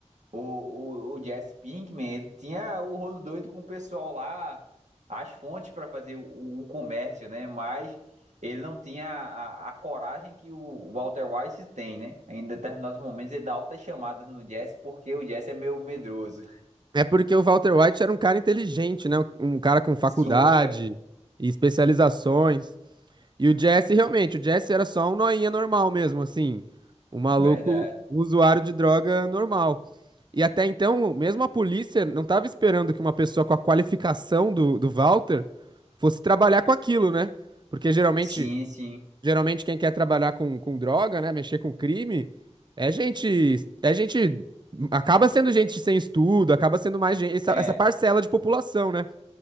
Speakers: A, on the right; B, on the right.
A: O, o, o Jesse Pinkman, ele tinha o rolo doido com o pessoal lá, as fontes para fazer o, o comércio, né? Mas ele não tinha a, a, coragem que o Walter White tem, né? Em determinados momentos ele dá altas chamadas no Jesse porque o Jesse é meio medroso.
B: É porque o Walter White era um cara inteligente, né? Um cara com faculdade
A: Super,
B: e especializações. E o Jesse, realmente, o Jesse era só um noinha normal mesmo, assim. Um maluco,
A: verdade.
B: um usuário de droga normal. E até então, mesmo a polícia não estava esperando que uma pessoa com a qualificação do, do Walter fosse trabalhar com aquilo, né? Porque geralmente,
A: Sim, sim.
B: geralmente quem quer trabalhar com, com droga, né? Mexer com crime, é gente, é gente, acaba sendo gente sem estudo, acaba sendo mais gente, essa,
A: É,
B: essa parcela de população, né?